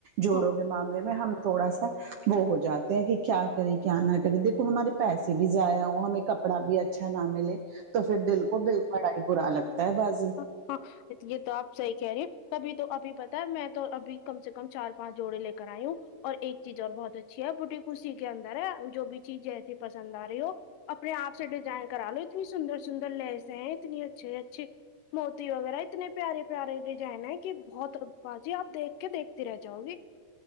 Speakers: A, on the right; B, on the left.
A: جوڑوں
B: ہاں
A: کے معاملے میں ہم تھوڑا سا وہ ہو جاتے ہیں کہ کیا کرے کیا نہ کرے دیکھو ہمارے پیسے بھی ضائع ہوں ہمیں کپڑا بھی اچھا نہ ملے تو پھر دل کو دل بڑھائی برا لگتا ہے باجی
B: ہ ہاں یہ تو آپ صحیح کہا رہی تبھی تو ابھی پتا ہے میں تو ابھی کم سے کم چار پانچ جوڑے لے کر آئی ہوں اور ایک چیز اور بہت اچھی ہے بوٹی فو سی کے اندر ہے جو بھی چیز جیسی پسند آ رہی ہو اپنے آپ سے ڈیزائن کرا لو اتنی سندر سندر لس ہیں اتنی اچھے اچھی موتی وغیرہ اتنے پیارے پیارے ڈیزائن ہیں کہ بہت با جی آپ دیکھ کہ دیکھتی رہ جاؤ گی